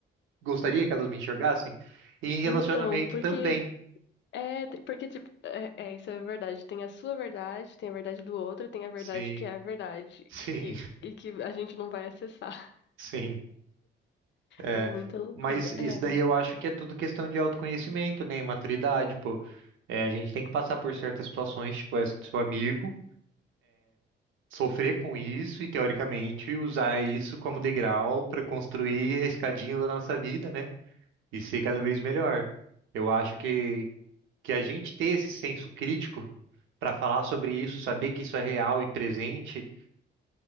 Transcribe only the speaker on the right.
gostaria que elas me enxergassem? E em relacionamento
também.
Sim,
sim,
<laughs>
sim. É,
mas isso
daí eu acho que é tudo questão de autoconhecimento, né? E maturidade, pô. É, a gente tem que passar por certas situações, tipo essa do seu amigo, sofrer com isso e, teoricamente, usar isso como degrau para construir a escadinha da nossa vida, né? E ser cada vez melhor. Eu acho que, que a gente ter esse senso crítico para falar sobre isso, saber que isso é real e presente.